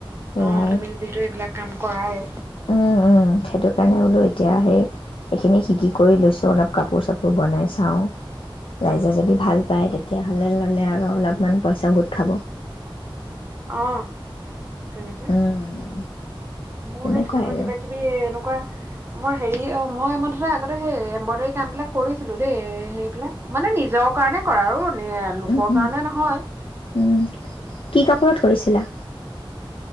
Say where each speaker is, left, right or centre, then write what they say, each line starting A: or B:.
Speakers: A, on the left (about 75°); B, on the right (about 25°).
A: সেয়াই
B: অ' তুমি যিহেতু এইবিলাক কাম কৰায়ে।
A: উম উম। সেইটো কাৰণে বোলো এতিয়াহেই এইখিনি শিকি কৰি লৈছোঁ অলপ কাপোৰ-চাপোৰ বনাই চাওঁ।
B: উম
A: ৰাইজে যদি
B: উম
A: ভাল পায় তেতিয়া। তেতিয়াহ'লে ল'লে আৰু অলপমান পইচাও গোট খাব।
B: অ। কেনেকে?
A: উম
B: মোৰ
A: তেনেকুৱাই
B: সেই তেনেকুৱা
A: আৰু
B: কিবা কিবি এ এনেকুৱা মই হেৰি অ' মই মই ধৰা আগতে সেই এম্ব্ৰডাৰী কাম বিলাক কৰিছিলো দেই, হেৰিবলাক মানে নিজৰ কাৰণে কৰা আৰু এ লোকৰ
A: উম উম
B: কাৰণে নহয়।
A: উম। কি কাপোৰত কৰিছিলা?